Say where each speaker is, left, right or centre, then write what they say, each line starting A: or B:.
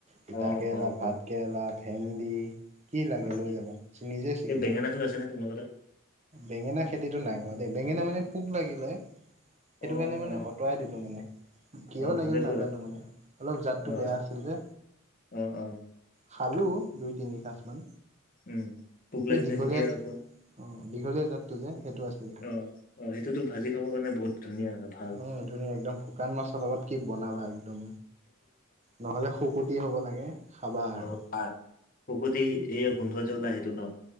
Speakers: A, on the right (about 35°); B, on the left (about 45°).
A: তিতাকেৰেলা,
B: অ', অ',
A: ভাত
B: অ',
A: কেৰেলা, ভেন্দি। কি লাগে,
B: অ',
A: লৈ যাবা? নিজে চিঙিবা।
B: এই বেঙেনাটো আছে নে তোমালোকৰ তাত?
A: বেঙেনা খেতিটো নাই কৰা, দেই। বেঙেনা মানে, পোক লাগিলে। সেইটো
B: অ',
A: কাৰণে, মানে আঁতৰাই দিলোঁ মানে। কিয়
B: অ', অ',
A: লাগিল
B: ভালে কৰা
A: নাজানোঁ মানে! অলপ জাতটো
B: অ',
A: বেয়া আছিল, যে।
B: অ' অ'!
A: খালোঁ দুই-তিনি সাজমান।
B: উম, পোক লাগিলে
A: এই, দীঘলীয়া,
B: যেতিয়া
A: অ'!
B: আকৌ
A: দীঘ দীঘলীয়া জাতটো যে, সেইতো আছিলে।
B: অ', অ', সেইটোতো ভাজি খাবৰ কাৰণে বহুত ধুনীয়া হয় ভাল।
A: অ'! ধুনীয়া একদম! শুকান মাছৰ লগত কি বনাবা, একদম! নহ'লে শুকতি হ'ব লাগে। খাবা
B: অ'!
A: আৰু
B: পাত। শুকতি এইয়া, গোন্ধ যে ওলাই, সেইটো ন'?